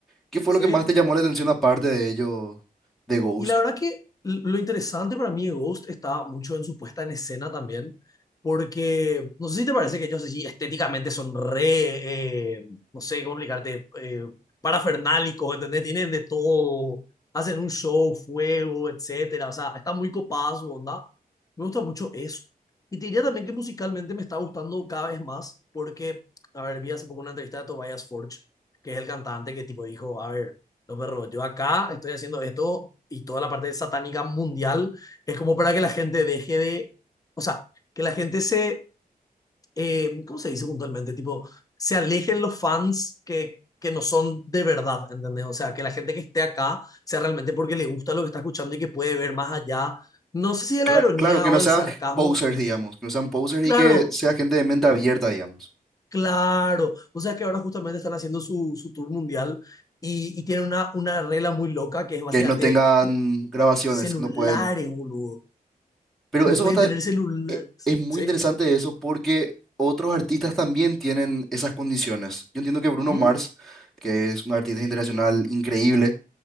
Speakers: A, in the centre; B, on the left.
A: ¿Qué fue
B: Sí,
A: lo que más te llamó la atención aparte de ello, de Ghost?
B: y la verdad que lo interesante para mí de Ghost está mucho en su puesta en escena también, porque no sé si te parece que ellos sí estéticamente son re, eh, no sé cómo explicarte, eh, parafernálicos, ¿entendés? Tienen de todo, hacen un show, fuego, etcétera, o sea, está muy copada su onda. Me gusta mucho eso. Y te diría también que musicalmente me está gustando cada vez más, porque, a ver, vi hace poco una entrevista de Tobias Forge, que es el cantante que tipo dijo, a ver no, perro, yo acá estoy haciendo esto y toda la parte satánica mundial es como para que la gente deje de, o sea, que la gente se, eh, ¿cómo se dice puntualmente? Tipo, se alejen los fans que, que no son de verdad, ¿entendés? O sea, que la gente que esté acá sea realmente porque le gusta lo que está escuchando y que puede ver más allá, no sé si de
A: Cla-
B: la ironía
A: claro, que no
B: o del
A: sean
B: sarcasmo,
A: posers, digamos, que no sean posers
B: claro,
A: y que sea gente de mente abierta, digamos,
B: claro, o sea que ahora justamente están haciendo su, su tour mundial. Y, y tienen una, una regla muy loca que es básicamente
A: que no tengan grabaciones,
B: celulares,
A: que no pueden.
B: boludo.
A: Pero
B: No
A: eso
B: pueden
A: va a
B: tener
A: estar-
B: celulares,
A: e- es muy
B: ¿sí?
A: interesante eso porque otros artistas también tienen esas condiciones. Yo entiendo que Bruno
B: ¿Mm?
A: Mars, que es un artista internacional increíble,